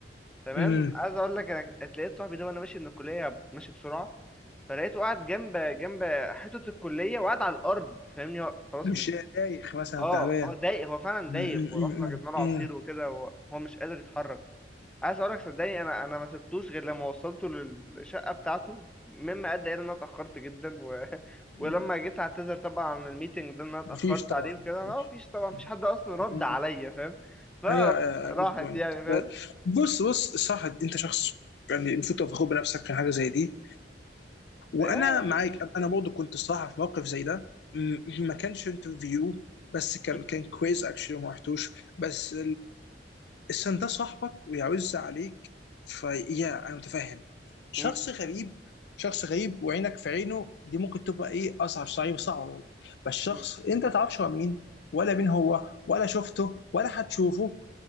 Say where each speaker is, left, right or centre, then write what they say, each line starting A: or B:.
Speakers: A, in the centre; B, on the left.
A: تمام
B: امم
A: عايز اقول لك انا اتلقيت صاحبي ده وانا ماشي من الكلية ماشي بسرعة فلقيته قاعد جنب جنب حيطة الكلية وقاعد على الأرض فاهمني هو خلاص
B: مش
A: مش
B: دايخ مثلا
A: اه
B: تعبان
A: اه دايخ هو فعلا
B: مم،
A: دايخ ورحنا
B: مم،
A: جبنا
B: مم،
A: له
B: مم،
A: عصير وكده هو هو مش قادر يتحرك عايز اقولك صدقني انا انا ما سبتوش غير لما وصلته للشقه بتاعته مما ادى الى ان انا اتاخرت جدا و... <laughs> ولما
B: مم.
A: جيت اعتذر طبعا عن الميتنج ده ان انا اتاخرت
B: مفيش طبعا
A: عليه وكده ما
B: مفيش
A: فيش طبعا
B: مم،
A: مفيش حد اصلا
B: مم.
A: رد عليا فاهم
B: ايوه
A: فراحت
B: يا جود بوينت
A: يعني فاهم
B: بص بص صح انت شخص يعني المفروض تبقى فخور بنفسك في حاجه زي دي وانا
A: يا-
B: معاك انا برضه كنت الصراحه في موقف زي ده مم، ما كانش انترفيو بس
A: م-
B: كان كان كويز اكشلي ما رحتوش بس السن ده صاحبك ويعز عليك فيا انا متفهم شخص
A: م-
B: غريب شخص غريب وعينك في عينه دي ممكن تبقى ايه اصعب صعيب صعب برضه بس شخص
A: م.
B: انت ما تعرفش هو مين ولا مين هو ولا شفته ولا هتشوفه